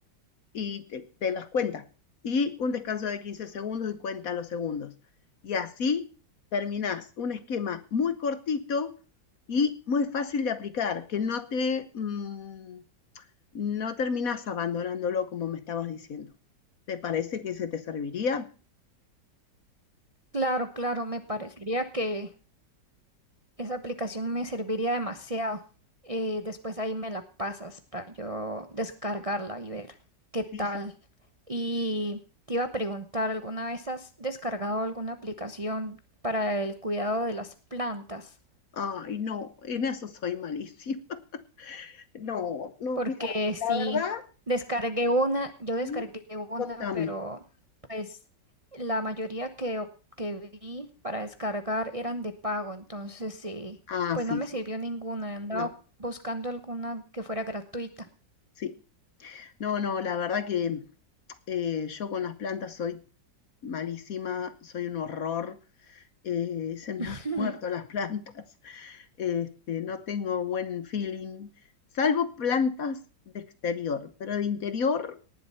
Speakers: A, on the left; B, on the right.
A: y te, te las cuenta. Y un descanso de 15 segundos y cuenta los segundos. Y así terminás un esquema muy cortito y muy fácil de aplicar, que no te... Mmm, no terminas abandonándolo como me estabas diciendo. ¿Te parece que se te serviría?
B: Claro, claro, me parecería que esa aplicación me serviría demasiado. Eh, después ahí me la pasas para yo descargarla y ver qué tal.
A: Sí, sí.
B: Y te iba a preguntar, ¿alguna vez has descargado alguna aplicación para el cuidado de las plantas?
A: Ay, no, en eso soy malísima. <laughs> No, no,
B: Porque
A: mira,
B: sí,
A: la verdad,
B: descargué una, yo descargué
A: y
B: una,
A: contame.
B: pero pues la mayoría que, o- que vi para descargar eran de pago, entonces sí,
A: Ah,
B: pues
A: sí,
B: no me
A: sí,
B: sirvió ninguna, andaba
A: no,
B: buscando alguna que fuera gratuita.
A: sí. No, no, la verdad que eh, yo con las plantas soy malísima, soy un horror. eh, se me
B: <laughs>
A: han <laughs> muerto las plantas. Este, no tengo buen feeling, salvo plantas de exterior, pero de interior